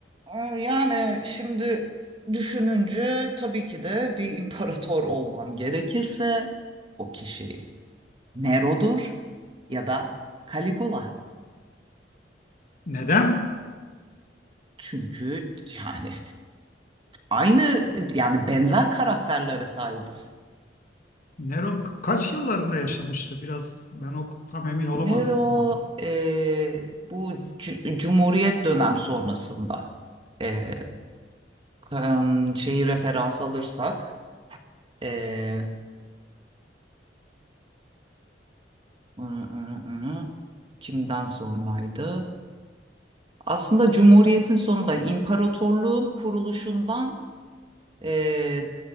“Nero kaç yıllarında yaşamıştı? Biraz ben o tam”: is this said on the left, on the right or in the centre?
Left